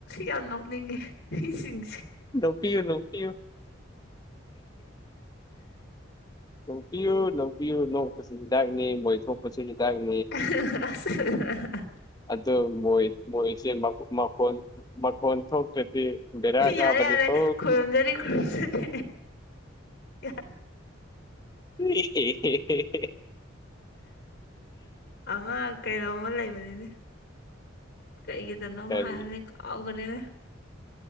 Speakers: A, on the left; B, on the left.
A: ꯌꯥꯝ ꯅꯣꯛꯅꯤꯡꯉꯦ ꯃꯤꯁꯤꯡꯁꯦ
B: ꯅꯣꯛꯄꯤꯌꯨ ꯅꯣꯛꯄꯤꯌꯨ ꯅꯣꯛꯄꯤꯌꯨ ꯅꯧꯛꯄꯤꯌꯨ ꯅꯣꯛꯄꯁꯤ ꯍꯤꯗꯥꯛꯅꯦ ꯃꯣꯏꯊꯣꯛ ꯄ ꯍꯤꯗꯥꯥꯏ
A: <unintelligible>
B: ꯑꯗꯨ ꯃꯣꯏ ꯃꯣꯏꯁꯦ ꯃꯈꯣꯟ ꯃꯈꯣꯟ ꯊꯣꯛꯇ꯭ꯔꯗꯤ ꯕꯦꯔꯥ ꯀꯥꯕꯅꯤꯀꯣ
A: ꯌꯥꯔꯦ ꯌꯥꯔꯦ ꯈꯨꯔꯨꯝꯖꯔꯤ ꯈꯨꯔꯨꯝꯖꯔꯤ ꯌꯥꯔꯦ
B: ꯍꯦ ꯍꯦ ꯍꯦ
A: ꯑꯃ ꯀꯩꯩꯅꫭꯝ ꯂꯩꯕꯅꯤꯅꯦ ꯀꯩꯒꯤꯗꯅꯣ ꯑꯃ
B: ꯀꯔꯤ
A: ꯍꯥꯏꯕꯅꯤ ꯀꯥꯎꯕꯅꯤꯅꯦ